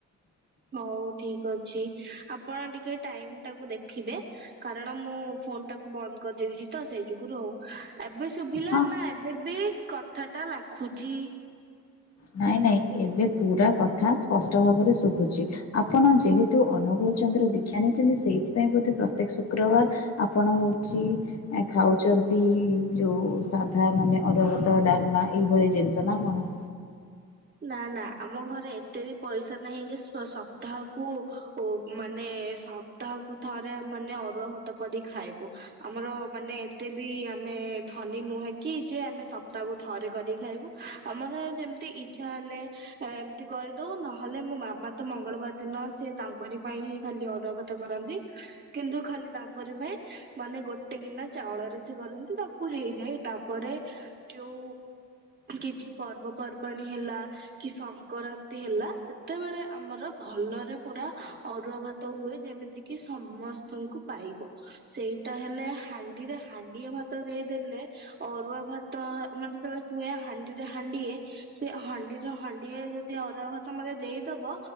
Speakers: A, on the right (about 35°); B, on the left (about 55°).
A: ହଉ ଠିକ ଅଛି ଆପଣ ଟିକ ଟିକେ ଟାଇମ ଟାକୁ ଦେଖିବେ କାରଣ ମୁଁ ଫୋନ ଟାକୁ ବନ୍ଦ କରିଦେଇବିଛି ତ ସେଇ ଯୁଗୁରୁ ଆଉ। ଏବେ ଶୁଭିଲା
B: ହଁ
A: ନା ଏବେ ବି କଥା ଟା ଲାଖୁଚି?
B: ନାଇଁ ନାଇଁ ଏବେ ପୁରା କଥା ସ୍ପଷ୍ଟ ଭାବରେ ଶୁଭୁଚି, ଆପଣ ଯେହେତୁ ଅନୁଗୁଳ ଅନୁକୂଳ ଚଦ୍ର ଦୀକ୍ଷା ନେଇଛନ୍ତି ସେଇଥିପାଇଁ ବୋଧେ ପ୍ରତ୍ୟେକ ଶୁକ୍ରବାର ଆପଣ ହୋଇଛି ଖାଉଛନ୍ତି ଛନ୍ତି ଯୋଉ ସାଧା ମାନେ ଅରୁଆ ଭାତ ଡାଲମା ଏଇ ଭଳି ଜିନିଷ ନା କଣ?
A: ନା ନା ଆମ ଘରେ ଏତେ ବି ପଇସା ନାହିଁ ଯେ ସପ୍ତାହକୁ ଓ ମାନେ ସପ୍ତାହକୁ ଥରେ ମାନେ ଅରୁଆ ଭାତ ଭାତ କରି ଖାଇବୁ ଆମର ମାନେ ଏତେ ବି ଆମେ ଭା ଧନୀ ନୁହେଁ କି ଯେ ଆମେ ସପ୍ତାହକୁ ଥରେ କରିକି ଖାଇବୁ ଆମର ଯେମିତି ଇ ମାନେ ଏମତି କରିଦଉ ନହେଲେ ମୋ ମାମା ତ ମଙ୍ଗଳବାର ଦିନ ସେ ତାଙ୍କରି ପାଇଁ ହିଁ ଖାଲି ଅରୁଆ ଅରୁଆ ଭାତ କରନ୍ତି କିନ୍ତୁ ଖାଲି ତାଙ୍କର ପାଇଁ ମାନେ ଗୋଟେ ଗିନା ଚାଉଳରେ ସେ କରନ୍ତି। ତାଙ୍କୁ ହେଇଯାଏ ତାପରେ ଯୋଉ କିଛି ପର୍ବପର୍ବାଣୀ ହେଲା କି ସଂକ୍ରାନ୍ତି ହେଲା ସେତେବେଳେ ଆମର ଭଲରେ ପୁରା ଅରୁଆ ଭାତ ହୁଏ ଯେମିତି କି ସମସ୍ତଙ୍କୁ ପାଇବ ସେଇଟା ହେଲେ ହାଣ୍ଡିରେ ହାଣ୍ଡିଏ ଭାତ ଦେଇଦେଲେ ଅରୁଆ ଭାତ ମାନେ ଯେତେବେଳେ ହୁଏ ହାଣ୍ଡିରେ ହାଣ୍ଡିଏ ସେ ହାଣ୍ଡିର ହାଣ୍ଡିଏ ଯଦି ଆରୁଆ ଭାତ ମତେ ଦେଇଦବ